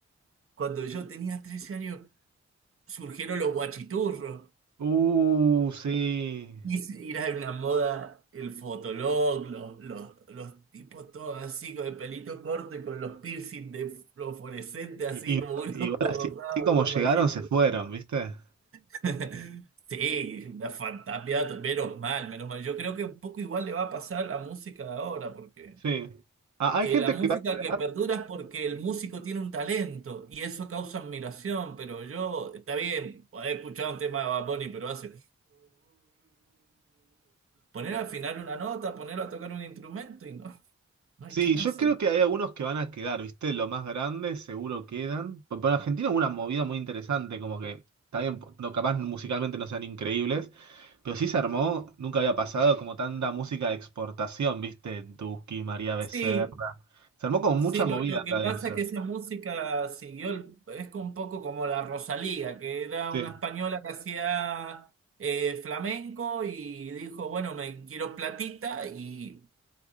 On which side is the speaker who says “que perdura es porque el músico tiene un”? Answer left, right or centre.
Right